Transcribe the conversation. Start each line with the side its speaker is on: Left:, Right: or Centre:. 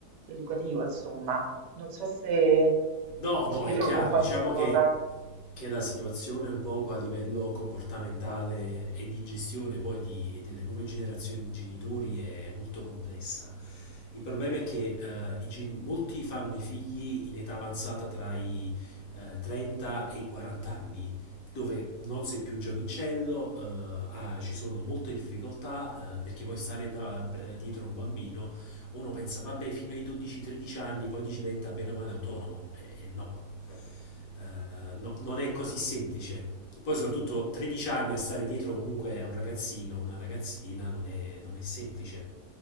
Right: educativo, insomma. Non so se
Left: no,
Right: ti
Left: no,
Right: ci ritrovi
Left: è chiaro,
Right: un po'
Left: diciamo
Right: in questa cosa.
Left: che, che la situazione un poco a livello comportamentale e di gestione poi di- delle nuove generazioni di genitori è molto complessa. Il problema è che eh, i gen- molti fanno i figli in età avanzata tra i eh, 30 e i 40 anni, dove non sei più un giovincello, eh, ah, ci sono molte difficoltà, eh, perché poi stare da- pre- dietro a un bambino uno pensa vabbè fino ai 12-13 anni poi diventa bene o male autonomo e e no. Eh, no, non è così semplice. Poi soprattutto 13 anni a stare dietro comunque a un ragazzino, una ragazzina non è, non è semplice,